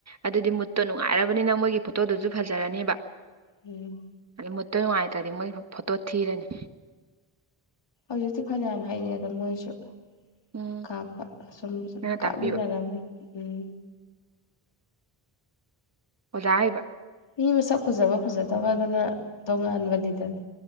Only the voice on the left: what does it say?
ꯎꯝ
ꯍꯧꯖꯤꯛꯇꯤ ꯐꯅꯌꯥꯝ ꯍꯩꯔꯦ ꯑꯗ ꯃꯣꯏꯁꯨ
ꯀꯥꯞꯄ ꯁꯨꯝ
ꯀꯥꯞꯃꯤꯟꯅꯔꯅꯤ
ꯎꯝ
ꯃꯤ ꯃꯁꯛ ꯐꯖꯕ ꯐꯖꯗꯕ ꯑꯗꯨꯅ ꯇꯣꯉꯥꯟꯕꯅꯤꯗꯅ